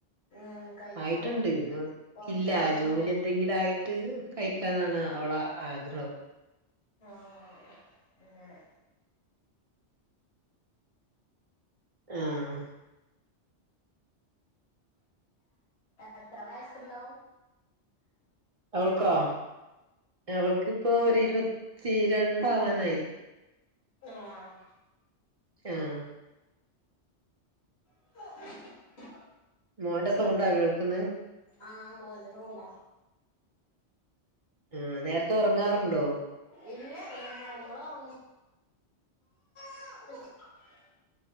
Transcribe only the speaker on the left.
ഉം കഴിച്ചോ
ഉറപ്പിച്ചെച്ച്ക്കണോ
ആഹ് അങ്ങനെ
എത്ര വയസുണ്ടാവും
ആഹ്
<unintelligible>
ആഹ് മോന്റെ സൗണ്ടാ
ഇല്ലല്ലാ ഞങ്ങള് ഉറങ്ങും <inaudible>